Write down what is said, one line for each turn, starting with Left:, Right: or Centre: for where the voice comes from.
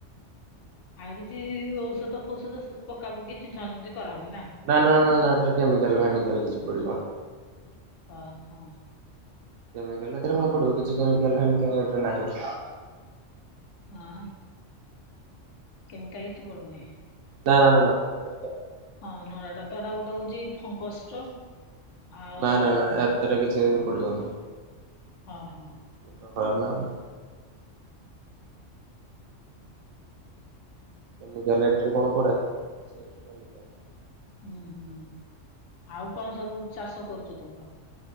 Left: ଆଉ କିଛି ଔଷଧ ଫୌଷଧ ପକା ପକି ଛିଞ୍ଚା ଛିିଞ୍ଚି କରାହଉନିନା?
Right: ନା ନା ନା ଏଥିରେ କେମିକାଲ ଫେମିକାଲ କିଛି ପଡ଼ିବନି।
Left: ଅଁହଁ।
Right: କେମିକାଲ ଏଥିରେ କଣ ପଡ଼ିବ, କିଛି କେମିକାଲ ହେମିକାଲ ଏଥିରେ ନାହିଁ।
Left: ହଁ। କେମିକାଲି କିଛି ପଡ଼ୁନି।
Right: ନା ନା ନା ହେଥିରେ
Left: ହଁ ନଡ଼ାଟାତ ଏଟା ଗୋଟେ ହଉଚି, ଫଙ୍ଗସର ଆଉ
Right: ନା ନା ନା ଏଥେରେ କିଛି ପଡ଼ିବନି।
Left: ହଁ ହଁ।
Right: ମୁଣ୍ଡ ଖରାପନା କଣ? କେମିକାଲ ଏଥେରେ କଣ ପଡ଼େ <unintelligible>
Left: ହୁଁ ହୁଁ, ଆଉ କଣ ସବୁ ଚାଷ କରୁଚ ତମର?